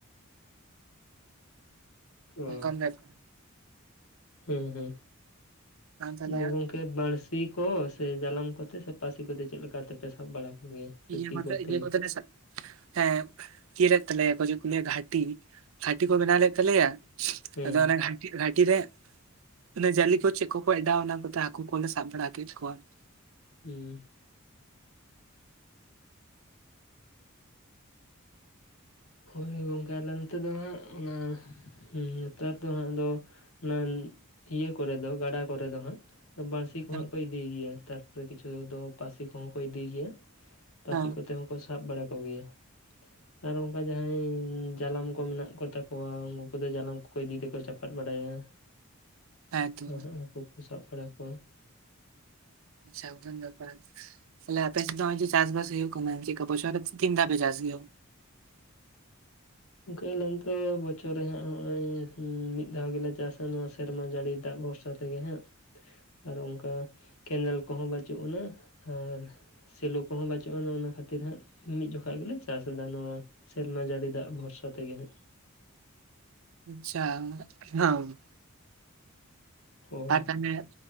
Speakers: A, on the left; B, on the right.
A: ᱚᱻ
B: ᱚᱱᱠᱟᱱ ᱵᱮᱯᱟᱨ
A: ᱦᱩᱸ ᱦᱩᱸ
B: ᱟᱨ ᱛᱟᱦᱚᱞᱮ
A: ᱟᱫᱚ ᱜᱚᱝᱠᱮ ᱼᱼ ᱟᱯᱮ ᱵᱟᱹᱲᱥᱤᱸ ᱠᱚ ᱥᱮ, ᱡᱟᱞᱟᱢ ᱠᱚᱛᱮ ᱥᱮ ᱯᱟᱹᱥᱤ ᱠᱚᱛᱮ ᱪᱮᱜ ᱞᱮᱠᱟ ᱛᱮᱯᱮ ᱥᱟᱵ ᱵᱟᱲᱟ ᱠᱚᱜᱮᱭᱟ? ᱥᱮ
B: ᱤᱭᱟᱹ
A: ᱛᱤ
B: ᱠᱚ ᱛᱮ
A: ᱠᱚᱛᱮ
B: ᱤᱭᱟᱹ
A: ᱜᱮ
B: ᱠᱚ ᱛᱮ ᱞᱮ ᱥᱟᱵᱼᱼ ᱦᱮᱸ ᱤᱭᱟᱹ ᱞᱮᱫ ᱛᱟᱞᱮᱭᱟ ᱠᱚ ᱪᱮᱜ ᱠᱚ ᱞᱟᱹᱭᱟ ᱜᱷᱟᱴᱤ, ᱜᱷᱟᱴᱤ ᱠᱚ ᱵᱮᱱᱟᱣ ᱞᱮᱜ ᱛᱟᱞᱮᱭᱟ,
A: ᱦᱮᱸ
B: ᱟᱫᱚ ᱚᱱᱮ ᱜᱷᱟᱴᱤ, ᱜᱷᱟᱴᱤ ᱨᱮᱼᱼ ᱚᱱᱮ ᱡᱟᱹᱞᱤ ᱠᱚ ᱪᱮᱜ ᱠᱚ ᱠᱚ ᱮᱰᱟᱣᱟ ᱚᱱᱟ ᱠᱚᱛᱮ ᱦᱟᱹᱠᱩ ᱠᱚᱞᱮ ᱥᱟᱵ ᱵᱟᱲᱟ ᱠᱮᱜ ᱠᱚᱣᱟ᱾
A: ᱩᱸᱻ ᱦᱚᱭ ᱜᱚᱝᱠᱮ ᱟᱞᱮ ᱱᱚᱛᱮ ᱫᱚ ᱦᱟᱸᱜ ᱚᱱᱟᱼᱼ ᱦᱩᱸ ᱱᱮᱛᱟᱨ ᱫᱚ ᱦᱟᱸᱜ ᱟᱫᱚᱼᱼ ᱚᱱᱟ ᱤᱭᱟᱹ ᱠᱚᱨᱮ ᱫᱚ ᱜᱟᱰᱟ ᱠᱚᱨᱮ ᱫᱚ ᱦᱟᱸᱜ ᱵᱟᱹᱲᱥᱤᱼᱼ <inaudible> ᱠᱚ
B: ᱦᱮᱸ
A: ᱤᱫᱤ ᱜᱮᱭᱟ, ᱛᱟᱨᱯᱚᱨᱮ ᱠᱤᱪᱩ ᱫᱚ ᱯᱟᱹᱥᱤ ᱠᱚ ᱦᱚᱸ ᱠᱚ ᱤᱫᱤ ᱜᱮᱭᱟ, ᱯᱟᱹᱥᱤ
B: ᱦᱮᱸ
A: ᱠᱚ ᱛᱮ ᱦᱚᱸ ᱼᱼ <inaudible> ᱠᱚ ᱥᱟᱵ ᱵᱟᱲᱟ ᱠᱚ ᱜᱮᱭᱟ ᱟᱨ ᱚᱱᱠᱟ ᱡᱟᱦᱟᱸᱭ <unintelligible> ᱼᱼ ᱡᱟᱞᱟᱢ ᱠᱚ ᱢᱮᱱᱟᱜ ᱠᱚ ᱛᱟᱠᱚᱣᱟ, ᱩᱱᱠᱩ ᱠᱚᱫᱚ ᱡᱟᱞᱟᱢ ᱠᱚᱠᱚ ᱤᱫᱤ ᱛᱮᱠᱚ ᱪᱟᱯᱟᱫ ᱵᱟᱲᱟᱭᱟ᱾
B: ᱦᱮᱸᱛᱚ
A: ᱠᱚ ᱦᱟᱹᱠᱩ ᱠᱚ ᱥᱟᱵ ᱵᱟᱲᱟ ᱠᱚᱣᱟ᱾
B: ᱪᱷᱟ ᱵᱚᱱ ᱫᱚᱠ <unintelligible> ᱛᱟᱦᱚᱞᱮ ᱟᱯᱮᱥᱮᱫ ᱫᱚ ᱱᱚᱜ-ᱚᱭ ᱡᱮ ᱪᱟᱥ ᱦᱩᱭᱩᱜ ᱠᱟᱱᱟ ᱪᱮᱫᱠᱟ ᱵᱚᱪᱷᱚᱨ ᱨᱮᱫᱚ ᱛᱤᱱ ᱫᱷᱟᱣᱯᱮ ᱪᱟᱥ ᱜᱮ-ᱟ?
A: ᱜᱚᱢᱠᱮ ᱟᱞᱮ ᱱᱚᱛᱮ ᱫᱚ ᱵᱚᱪᱷᱚᱨ ᱨᱮ ᱦᱟᱜ ᱱᱚᱜ-ᱚᱭ ᱢᱤᱫ ᱫᱷᱟᱣ ᱜᱮᱞᱮ ᱪᱟᱥᱟ ᱱᱚᱣᱟ ᱥᱮᱨᱢᱟ ᱡᱟᱹᱲᱤ ᱫᱟᱜ ᱵᱷᱚᱨᱥᱟ ᱛᱮᱜᱮ ᱦᱟᱸᱜ ᱟᱨ ᱚᱱᱠᱟ ᱠᱮᱱᱮᱞ ᱠᱚᱦᱚᱸ ᱵᱟᱹᱪᱩᱜ ᱟᱱᱟ ᱟᱨ ᱥᱮᱞᱳ ᱠᱚᱦᱚᱸ ᱵᱟᱹᱪᱩᱜ ᱟᱱᱟ ᱚᱱᱟ ᱠᱷᱟᱹᱛᱤᱨ ᱦᱟᱸᱜ ᱢᱤᱫ ᱡᱚᱠᱷᱚᱱ ᱜᱮᱞᱮ ᱪᱟᱥ ᱮᱫᱟ ᱱᱚᱣᱟ ᱥᱮᱨᱢᱟ ᱡᱟᱹᱲᱤ ᱫᱟᱜ ᱵᱷᱚᱨ ᱥᱟ ᱛᱮᱜᱮ ᱦᱟᱸᱫ᱾
B: ᱟᱪᱪᱷᱟ <unintelligible>
A: ᱦᱳᱭ
B: ᱟᱨ ᱛᱟᱦᱚᱞᱮ